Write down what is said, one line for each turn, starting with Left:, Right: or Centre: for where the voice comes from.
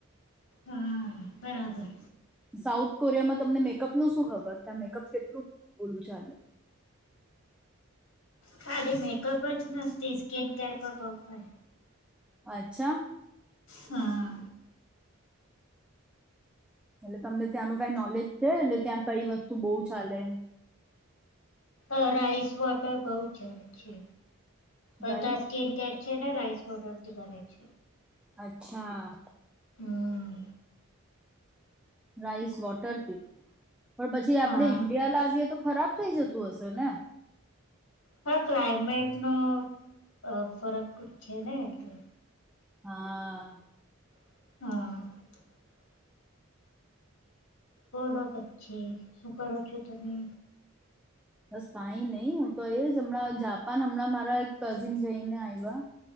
Left: હા બરાબર.
Centre: સાઉથ કોરિયામાં તમને મેકઅપ નું શું ખબર ત્યાં મેકઅપ કેટલું ઓલું ચાલે?
Left: ખાલી મેકઅપ જ મસ્તી સ્કીન કેર પર પ્રોપર.
Centre: અચ્છા.
Left: હા.
Centre: એટલે તમને ત્યાંનું કાઈ નોલેજ છે એટલે ત્યાં કંઇ વસ્તુ બહુ ચાલે?
Left: અ રાઈસ વોટર બહુ ચાલે છે. બધાં
Centre: રાઈસ
Left: સ્કીન કેર છે ને રાઈસ કોટરથી બને જ્
Centre: અચ્છા.
Left: હમ
Centre: રાઈસ વોટર પી પણ પછી આપડે
Left: હા
Centre: ઈન્ડિયા લાવીએ તો ખરાબ. થઈ જતું હશે ને?
Left: હહ ક્લાઈમેટ નો અ ફરક છે ને એટલે
Centre: હા.
Left: હહ બોલો પછી શું કરો છો તમે?
Centre: બસ કઈ નહી હું તો એ જ હમણાં જાપાન હમણાં મારા એક કઝિન જઈને આવ્યા